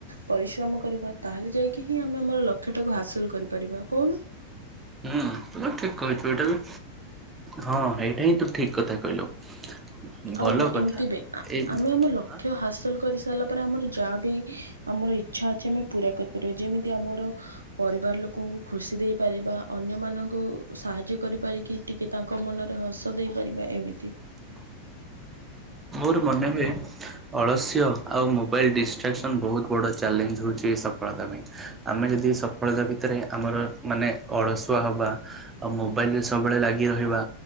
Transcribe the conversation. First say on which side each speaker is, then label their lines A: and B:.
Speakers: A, on the right (about 80°); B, on the right (about 20°).
A: ପରିଶ୍ରମ କରିବା। ତାହେଲେ ଯାଇକି ହିଁ ଆମେ ଆମର ଲକ୍ଷ୍ୟ ଟାକୁ ହାସଲ କରିପାରିବା କଉନୁ।
B: ହୁଁ ତ ଠିକ କହିଚୁ। ଏଇଟା ବି ହଁ ହେଇଟା ହିଁ ତୁ ଠିକ କଥା କହିଲୁ। ଭଲ
A: ଆଉ ହଁ
B: କଥା
A: ଏମିତି ବି
B: ଏ
A: ଆମେ ଆମ ଲକ୍ଷ୍ୟ
B: ଆଁ
A: ହାସଲ କରିସ ସାରିଲା ପରେ ଆମର ଯାହାବି ଆମାର ଇଛା ଅଛି। ଆମେ ପୁରା କରିପାରିବା। ଯେମିତି ଆମର ପରିବାର ଲୋ ଲୋକଙ୍କୁ ଖୁସି ଦେଇପାରିବା। ଅନ୍ୟମାନଙ୍କୁ ସାହାଯ୍ୟ କରିପାରିକି ଟିକେ ତାଙ୍କ ମନରେ ହସ ଦେଇ ପାରିବା ଏମିତି।
B: <unintelligible> ମୋର ମନେ ହୁଏ ଅଳସ୍ୟ ଆଉ ମୁଁ ମୋବାଇଲ ଡିଷ୍ଟ୍ରାକ୍ସନ୍ ବହୁତ ବଡ଼ ଚ୍ୟାଲେଞ୍ଜ ହେଉଛି। ଏ ସଫଳତା ପାଇଁ ଆମେ ଯଦି ସଫଳତା ଭିତରେ ଆମର ର ମାନେ ଅଳସୁଆ ହବା ଆଉ ମୋବାଇଲରେ ସବୁବେଳେ ଲାଗି ରହିବା।